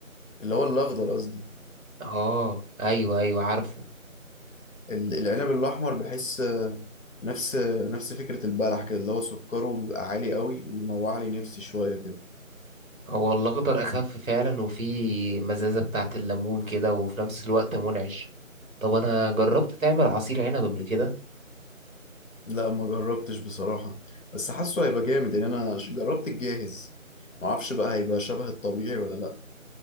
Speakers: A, on the left; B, on the right.
A: اللي هو الاخضر قصدي
B: اه ايوه ايوه عارفه
A: ال- العنب الاحمر بحس آه، نفس نفس فكرة البلح كده اللي هو سكره بيبقى عالي قوي بيموع لي نفسي شوية كده
B: هو الأخضر أخف فعلا وفي مزازة بتاعة الليمون كده وفي نفس الوقت منعش طب أنا جربت تعمل عصير عنب قبل كده
A: لا ما جربتش بصراحة بس حاسه هيبقى جامد يعني انا ش- جربت الجاهز ما اعرفش بقى هيبقى شبه الطبيعي ولا لا